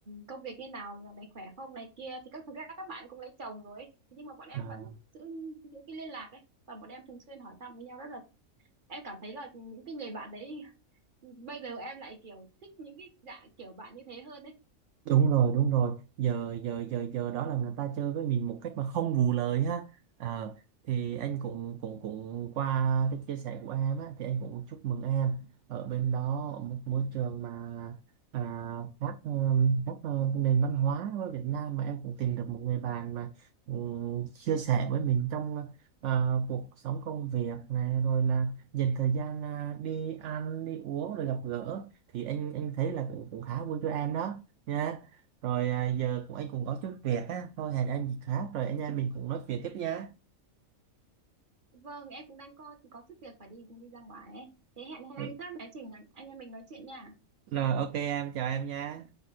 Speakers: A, on the right; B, on the right.
A: công việc như nào là mày khỏe không này kia thì các thực ra các bạn cũng lấy chồng rồi ấy. nhưng mà bọn em
B: à.
A: vẫn giữ giữ cái liên lạc ấy và bọn em thường xuyên hỏi thăm với nhau rất là em cảm thấy là những cái người bạn đấy bây giờ em lại kiểu thích những cái dạng kiểu bạn như thế hơn đấy
B: đúng rồi đúng rồi giờ giờ giờ giờ đó là người ta chơi với mình một cách mà không vù lời ha Ờ, thì anh cũng cũng cũng qua cái chia sẻ của em á thì anh cũng chúc mừng em ở bên đó ở một môi trường mà à, khác ờ, khác ờ, nền văn hóa với Việt Nam mà em cũng tìm được một người bạn mà ừm, chia sẻ với mình trong ờ, cuộc sống công việc này rồi là dành thời gian à, đi ăn đi uống rồi gặp gỡ thì anh anh thấy là cũng cũng khá vui cho em đó nha rồi à, giờ cũng anh cũng có chút việc á, thôi hẹn em dịp khác rồi anh em mình cũng nói chuyện tiếp nha.
A: vâng em cũng đang có có chút việc phải đi đi ra ngoài ấy. thế hẹn hẹn
B: Ừ,
A: anh khác nói chuyện anh em mình nói chuyện nha
B: Rồi ok em chào em nha.